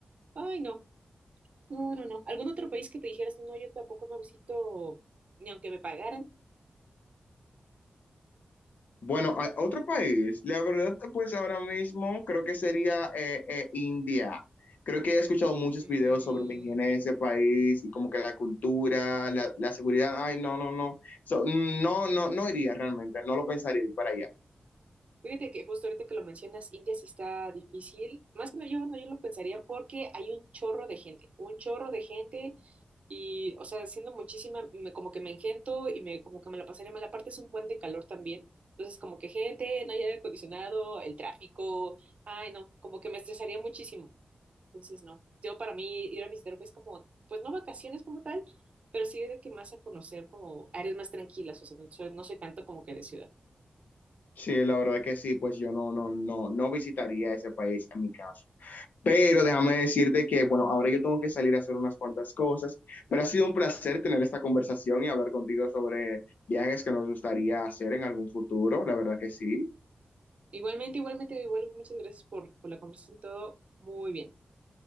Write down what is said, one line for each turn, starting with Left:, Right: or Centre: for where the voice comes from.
Right: ay, ay, no, no, no, no, algún otro país que te dijeras, no, yo tampoco no visito, ni aunque me pagaran.
Left: Bueno, a- otro país, la verdad, pues ahora mismo creo que sería eh, eh, India. Creo que he escuchado muchos
Right: Mm,
Left: videos sobre la higiene de ese país y como que la cultura, la, la seguridad. Ay, no, no, no. So, mm, no, no, no iría realmente, no lo pensaría ir para allá.
Right: Fíjate que justo ahorita que lo mencionas, India sí está difícil. Más que yo, bueno, yo lo pensaría porque hay un chorro de gente, un chorro de gente y, o sea, siendo muchísima, me- como que me engento y me como que me la pasaría mal. Aparte es un buen de calor también. Entonces, como que gente, no hay aire acondicionado, el tráfico, ay, no, como que me estresaría muchísimo. Entonces, no. Yo para mí ir a visitar es como, pues no vacaciones como tal, pero sí de que más a conocer como áreas más tranquilas, o sea, no soy, no soy tanto como que de ciudad.
Left: Sí, la verdad que sí, pues yo no, no, no, no visitaría ese país en mi caso. Pero déjame decirte que, bueno, ahora yo tengo que salir a hacer unas cuantas cosas, pero ha sido un placer tener esta conversación y hablar contigo sobre viajes que nos gustaría hacer en algún futuro. La verdad que sí.
Right: Igualmente, igualmente, igual, muchas gracias por, por la conversación, todo muy bien.